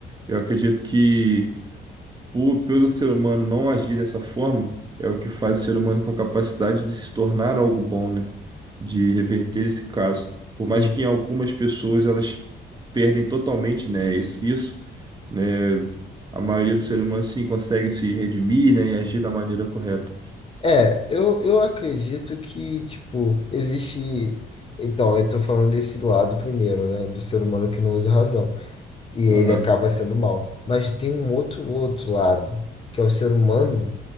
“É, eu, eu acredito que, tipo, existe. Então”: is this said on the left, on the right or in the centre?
Left